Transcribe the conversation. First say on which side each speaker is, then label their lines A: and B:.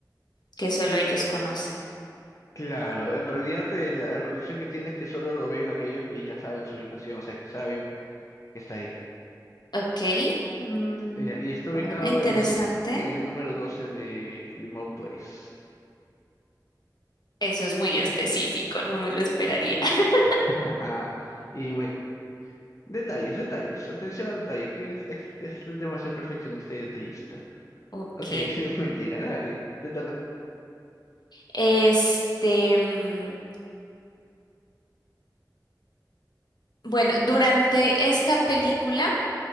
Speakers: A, on the left; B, on the left.
A: que solo ellos conocen.
B: Claro, en realidad eh, la, la protección que tiene es que solo lo ven aquellos que ya saben su ubicación, o sea, que saben que está ahí.
A: Ok, mm,
B: Ya, Y, está ubicado
A: bueno, interesante.
B: en el, en el número 12 de Grimald Place.
A: Eso es muy específico, no me lo esperaría. <laughs>
B: <laughs> Ajá. Y, güey. Detalles, detalles, atención a detalles, que es, es- es el tema de ser perfeccionista y detallista.
A: Ok,
B: Ok, <laughs> mentira, dale, te toca.
A: este, mm, bueno, durante esta película